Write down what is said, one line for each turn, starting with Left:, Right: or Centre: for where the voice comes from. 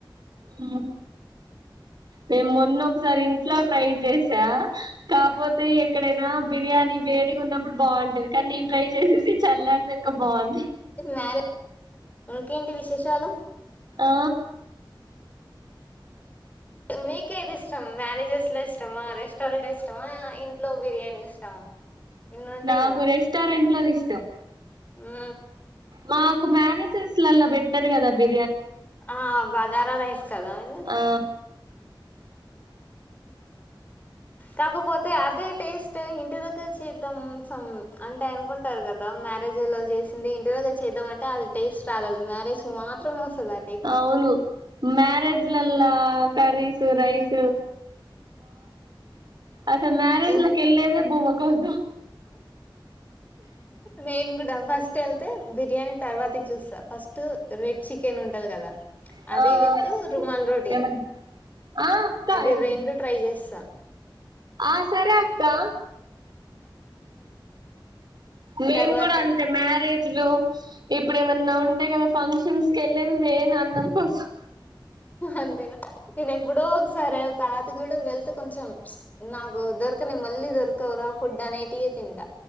Right: మ్మ్ నేను మొన్న ఒకసారి ఇంట్లో ట్రై చేశా, కాపోతే ఎక్కడైనా బిర్యానీ వేడిగా ఉన్నప్పుడు బాగుంటది, కానీ నేను ట్రై చేసింది చల్లారినంక బాగుంది.
Left: మ్యారేజ్ ఇంకేంటి విశేషాలు
Right: ఆ
Left: మీకేది ఇష్టం మ్యారేజెస్ లో ఇష్టమా, రెస్టారెంట్ ఇష్టమా, ఇంట్లో బిర్యానీ ఇష్టమా ఇన్ని ఉంటాయి
Right: నాకు రెస్టారెంట్ లోది ఇష్టం
Left: ఆ
Right: మాకు మ్యారేజెస్ లల్లా బెట్టరు కదా బి
Left: ఆ బగర రైస్ కదా మిది
Right: ఆ
Left: కాకపోతే అదే టేస్ట్ ఇంటి దగ్గర చేద్దాం అంటే అనుకుంటారు కదా మ్యారేజ్లో చేసింది ఇంటి దగ్గర చేద్దాం అంటే అది టేస్ట్ రాదది మ్యారేజ్ మాత్రమే వస్తదది
Right: అవును మ్యారేజ్లలా కర్రీసు రైసు అసలు మ్యారేజ్
Left: ఇం
Right: లకి వెళ్ళేదే బువ్వ కోసం
Left: నేన్ కూడా ఫస్ట్ వెళ్తే బిర్యానీ తర్వాతే చూస్తా ఫస్ట్ రెడ్ చికెన్ ఉంటది కదా
Right: <unintelligible>
Left: అది విత్ రుమాల్ రోటీ అవి రెండు ట్రై చేస
Right: ఆ సరే అత్తా మేము
Left: తర్వాతకి
Right: కూడ అంతే మ్యారేజ్లు ఇప్పుడు ఏమన్నా ఉంటే కదా ఫంక్షన్స్కి వెళ్ళేది మేన్ అన్నం కోసం
Left: అంతేన నేను ఎప్పుడో ఒకసారి ఎల్త ఆది కూడ వెళ్తే కొంచెం నాకు దొరకని మళ్ళీ దొరకవురా ఫుడ్ అనేటియే తింట